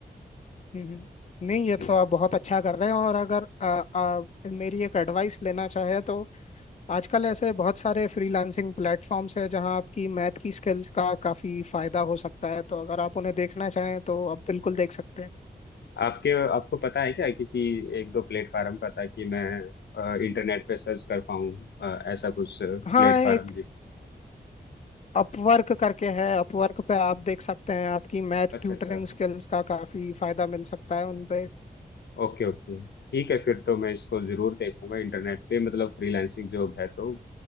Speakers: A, on the left (about 40°); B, on the left (about 80°).
A: हम्म, हम्म। नहीं ये तो
B: हम्म।
A: आप बहुत अच्छा कर रहे हैं और अगर आ, आ, मेरी एक एडवाइस लेना चाहे तो आजकल ऐसे बहुत सारे फ्रीलांसिंग प्लेटफॉर्म्स हैं जहां आपकी मैथ की स्किल्स का काफी फायदा हो सकता है तो अगर आप उन्हें देखना चाहें तो आप बिल्कुल देख सकते हैं
B: आपके आपको पता है क्या किसी एक दो प्लेटफार्म का ताकि मैं अ, इंटरनेट पे सर्च कर पाऊँ अ, ऐसा कुछ प्लेटफार्म
A: हाँ एक
B: जिस
A: अपवर्क करके है अपवर्क पे आप देख सकते हैं आपकी मैथ
B: अच्छा
A: ट्यूटरिंग
B: अच्छा
A: स्किल्स का काफी फायदा मिल सकता है उनपे
B: Okay okay ठीक है फिर तो मैं इसको जरूर देखूंगा इंटरनेट पे मतलब फ्रीलांसिंग जॉब है तो